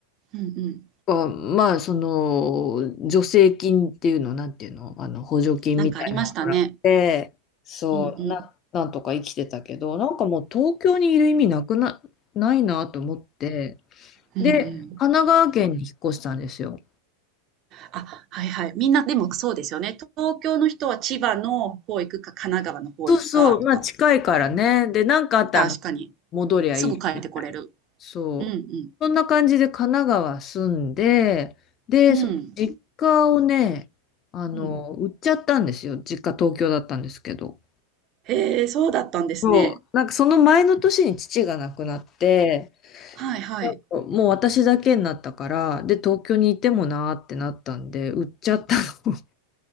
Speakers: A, on the right; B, on the left.
A: うんうん。
B: か、まあ、その、助成金っていうの、なんていうの、あの、補助金みたいのをもらって、
A: なんかありましたね。
B: そう、
A: うんうん。
B: な、なんとか生きてたけど、なんかもう東京にいる意味なくな、ないなと思って、
A: うんう
B: で、神奈川県に引っ越したんですよ。
A: ん。あ、はいはい。みんなでもそうですよね。東京の人は千葉の方行くか、神奈川の方行くかとか。
B: そうそう、まあ近いからね。で、なんかあったら
A: 確かに。
B: 戻りゃいいみたいな。
A: すぐ帰ってこれる。
B: そう。
A: うんうん。
B: そんな感じで神奈川住んで、で、
A: うん。
B: その実家をね、あの、
A: うん。
B: 売っちゃったんですよ。実家東京だったんですけど。
A: へえ、そうだったんですね。
B: そう。なんかその前の年に父が亡くなって、
A: はいはい。
B: なんかもう私だけになったから、で、東京にいてもなーってなったんで、売っちゃったの。<laughs>